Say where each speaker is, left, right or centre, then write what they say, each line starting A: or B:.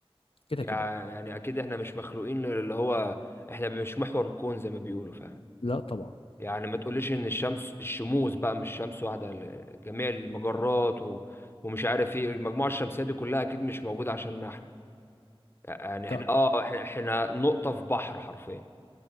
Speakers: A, on the left; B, on the left.
A: كده
B: يع-
A: كده
B: يعني اكيد احنا مش مخلوقين اللي هو احنا مش محور الكون زي ما بيقولوا فاهم
A: لا طبعا
B: يعني ما تقوليش ان الشمس الشموس بقى مش شمس واحده ال- جميع المجرات و... ومش عارف ايه المجموعه الشمسيه دي كلها اكيد مش موجوده عشان احنا يعني احنا
A: لا
B: اه احنا احنا نقطة في بحر حرفيا